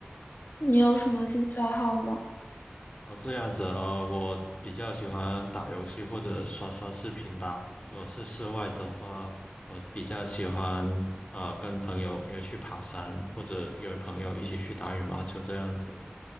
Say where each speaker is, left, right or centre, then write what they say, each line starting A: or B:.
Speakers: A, on the left; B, on the left.
A: 你有什么兴趣爱好吗？
B: 哦哦，这样子，呃，我比较喜欢打游戏或者刷刷视频吧。如果是室外的话，我比较喜欢呃跟朋友约去爬山，或者约朋友一起去打羽毛球这样子。